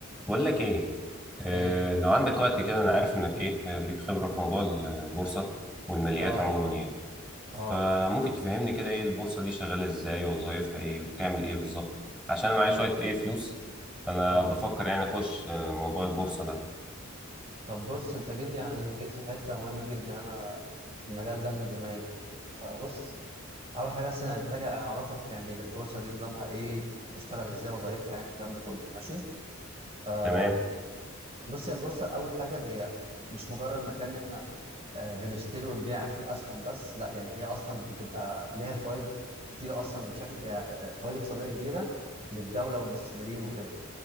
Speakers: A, in the centre; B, on the right.
A: بقول لك ايه آه،
B: ايه
A: لو عندك وقت كده انا عارف انك ايه آه، ليك خبرة في موضوع ال- البورصة والماليات
B: اه
A: عموما يعني فممكن
B: اه اه
A: تفهمني كده ايه البورصة دي شغالة ازاي ووظايفها ايه وبتعمل ايه بالظبط عشان انا معايا
B: امم
A: شوية ايه فلوس فانا
B: اه
A: بفكر يعني اخش آه، موضوع البورصة ده
B: طب بص انت جيت يعني جيت في حته مهمه جدا يعني انا في المجال ده من زمان يعني كده فبص اول حاجه بس انا محتاج اعرفك يعني البورصه دي نظامها ايه بتشتغل ازاي وظايفها يعني والكلام ده كله ماشي فبص
A: تمام
B: يا البورصه اول حاجه هي مش مجرد مكان إن احنا آه، بنشتري ونبيع فيه اسهم بس لا يعني هي اصلا بتبقى ليها فوائد كتير اصلا بشكل آه، فوائد اقتصاديه كبيره للدوله والمستثمرين وكده